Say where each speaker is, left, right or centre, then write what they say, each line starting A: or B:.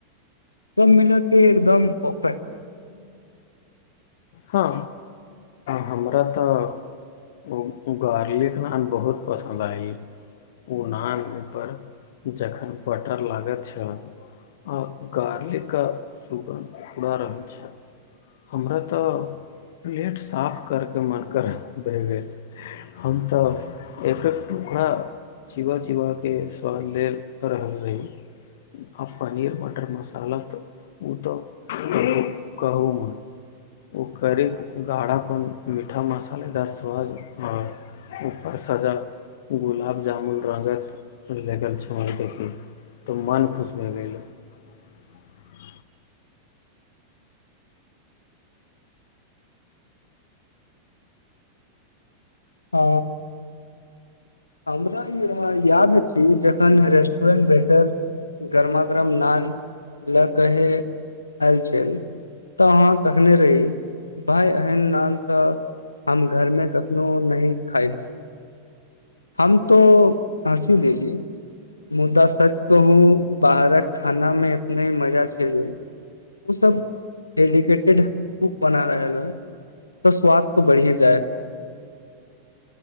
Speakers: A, on the left; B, on the left.
A: सब मिल के एकदम परफेक्ट
B: हँ हमरा तऽ गार्लिक नान बहुत पसन्द आय ओ नान पर जखन बटर लागैत छल आ गार्लिकके सुगन्ध उरा रहल छै हमरा तऽ तऽ प्लेट साफ करके मन कर भहि गेल हम तऽ एक एक टुकड़ा चिबा चिबाके स्वाद लेल रहल रही आ पनीर मटर मसाला तऽ ओ तऽ कह कहू मन ओ कर कऽ गाढ़ापन मीठा मसालेदार स्वद आओर ओकर सजा गुलाब जामुन रङ्गक लग छौँ देखी तऽ मोन खुश भए गेलहु
A: आ हमरा याद छी जखन रेस्टुरेन्ट भटर गरमागरम नान लए कहे आयल छल तऽ अहाँ कखने रही भाय एहन नान तऽ हम घरमे कखनो नहिही खाइत छी हम तो हँसी देली मुदा सच कहू बाहरक खानामे इतना ही मजा छै जे ओ सब डेडिकेटेड कुक बना रहल होइ तऽ स्वाद तो बढ़िए जायत